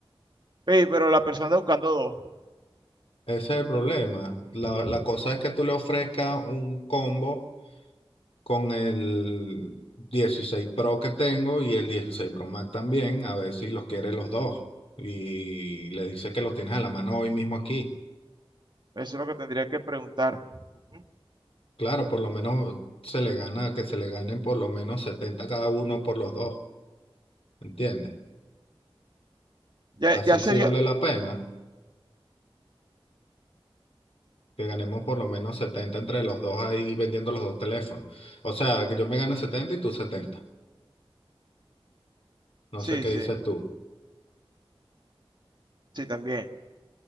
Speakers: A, on the right (about 50°); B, on the left (about 85°).
A: Sí, pero la persona está buscando dos.
B: Ese es el problema. La,
A: Ujú,
B: la cosa es que tú le ofrezcas un combo con el 16 Pro que tengo y el 16 Pro Max también, a ver si los quiere los dos. Y le dice que los tienes a la mano hoy mismo aquí.
A: Eso es lo que tendría que preguntar. Ujú.
B: Claro, por lo menos se le gana, que se le ganen por lo menos 70 cada uno por los dos, ¿entiendes?
A: Ya,
B: Así
A: ya sería.
B: sí vale la pena que ganemos por lo menos 70 entre los dos ahí vendiendo los dos teléfonos. O sea, que yo me gane 70 y tú setenta No
A: Sí,
B: sé qué
A: sí,
B: dices tú.
A: sí, también.